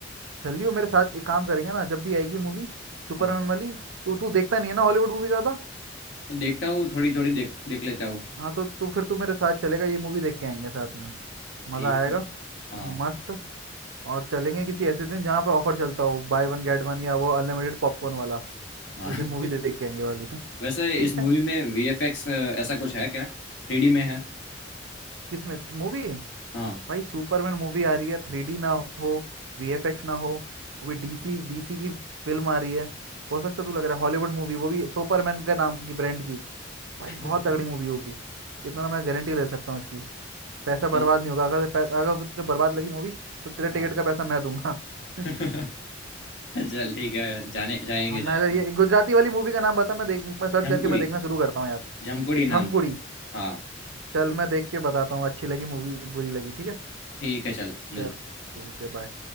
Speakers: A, on the right; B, on the left.
A: चलियो मेरे साथ एक काम करेंगे ना जब भी आएगी मूवी सुपरमैन
B: हाँ
A: वाली तो तू देखता नहीं है ना हॉलीवुड मूवी ज्यादा
B: तो देखता हूँ थोड़ी थोड़ी देख देख लेता हूँ
A: हाँ तो तू फिर तू मेरे साथ चलेगा ये मूवी देख के आएंगे साथ में मजा
B: ठीक
A: आएगा
B: है हाँ
A: मस्त और चलेंगे किसी ऐसे दिन जहाँ पे ऑफर चलता हो बाय वन गेट वन या वो अनलिमिटेड पॉपकॉर्न वाला
B: हाँ
A: उस
B: <laughs>
A: दिन मूवी देख के आएंगे वाली <laughs>
B: वैसे
A: ठीक
B: इस मूवी
A: है
B: में वीएफएक्स ऐसा कुछ है क्या थ्री डी में है
A: किसमें मूवी
B: हाँ
A: भाई सुपरमैन मूवी आ रही है थ्री डी ना हो वीएफएक्स ना हो वो भी डीसी डीसी की फिल्म आ रही है हो सकता तू लग रहा है हॉलीवुड मूवी वो भी सुपरमैन के नाम की ब्रांड की भाई
B: <laughs>
A: बहुत तगड़ी मूवी होगी इतना मैं गारंटी ले सकता हूँ इसकी पैसा बर्बाद
B: चल
A: नहीं होगा अगर पै- अगर तुझे बर्बाद लगी मूवी तो तेरे टिकट
B: हाँ
A: का पैसा मैं दूंगा <laughs>
B: <laughs> चल ठीक है जाने जाएंगे
A: हाँ, मैं
B: जाएंगे
A: अगर ये गुजराती वाली मूवी का नाम बता मैं देख मैं सर्च
B: झमकुड़ी
A: करके मैं देखना शुरू करता हूँ यार
B: झमकुड़ी नाम
A: झमकुड़ी
B: है हाँ
A: चल मैं देख के बताता हूँ अच्छी लगी मूवी बुरी लगी ठीक है
B: ठीक है चल मिलते
A: चल ठीक
B: हैं।
A: है बाय